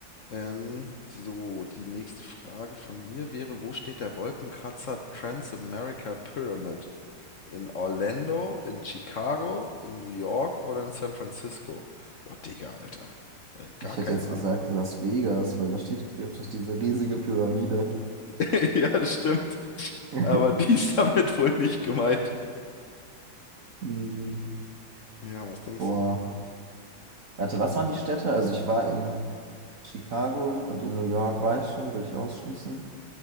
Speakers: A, on the left; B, on the right.
A: Ähm, so, die nächste Frage von mir wäre, wo steht der Wolkenkratzer Transamerica Pyramid? In Orlando, in Chicago, in New York oder in San Francisco? Boah, Digga, Alter. Äh, gar
B: Ich
A: keine
B: hätte jetzt
A: Ahnung.
B: gesagt Las Vegas, weil da steht, gibt's doch diese riesige Pyramide.
A: <laughs> Ja, das stimmt.
B: <laughs>
A: Aber die ist damit wohl nicht gemeint.
B: Hm,
A: Ja, was denkst
B: Boah.
A: du?
B: Warte, was waren die Städte? Also ich war in Chicago und in New York war ich schon, würde ich ausschließen.